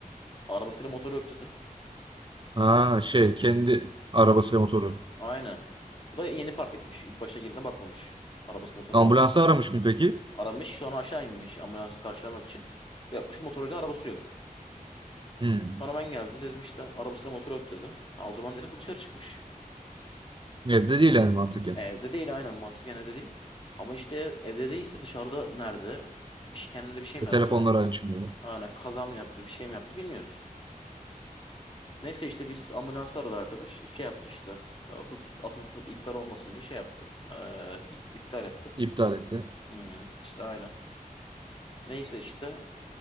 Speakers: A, on the left; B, on the right.
A: Arabasıyla motoru yok dedi.
B: Ha şey kendi arabasıyla motoru.
A: Aynen. Bu da yeni fark etmiş. İlk başta girdiğinde bakmamış. Arabası motoru
B: Ambulansı
A: var mı diye.
B: aramış mı peki?
A: Aramış sonra aşağı inmiş ambulansı karşılamak için. Bir Yapmış motoruyla arabası yok.
B: Hı.
A: Sonra ben geldim dedim işte arabasıyla motoru yok dedi. Ha, o zaman dedim bu dışarı çıkmış.
B: Evde değil yani mantıken.
A: Evde değil aynen mantıken evde değil. Ama işte evde değilse dışarıda nerede? Bir şey, kendine bir şey mi
B: E,
A: yaptı?
B: telefonları açmıyor.
A: Aynen kaza mı yaptı bir şey mi yaptı bilmiyoruz. Neyse işte biz ambulansı aradı arkadaş. Şey yaptı işte. Asıl, sip- asıl iptal olmasın diye şey yaptı. Ee, ip- iptal etti.
B: İptal etti.
A: Hmm, işte aynen. Neyse işte.